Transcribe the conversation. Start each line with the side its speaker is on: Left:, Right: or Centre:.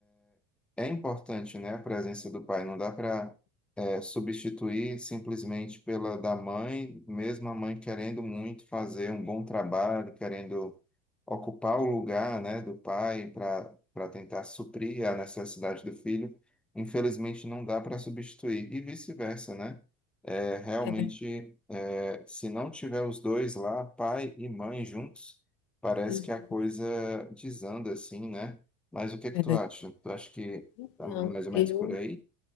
Centre: É importante, né, a presença do pai. Não dá para substituir simplesmente pela da mãe, mesmo a mãe querendo muito fazer um bom trabalho, querendo ocupar o lugar, né, do pai para para tentar suprir a necessidade do filho. Infelizmente, não dá para substituir e vice-versa, né? É, realmente,
Left: é verdade,
Centre: é, se não tiver os dois lá, pai e mãe juntos, parece
Left: uhum,
Centre: que a coisa desanda assim, né? Mas o que que
Left: é
Centre: tu
Left: verdade.
Centre: acha? Tu acha que
Left: Então,
Centre: Tá mais ou
Left: eu.
Centre: menos por aí.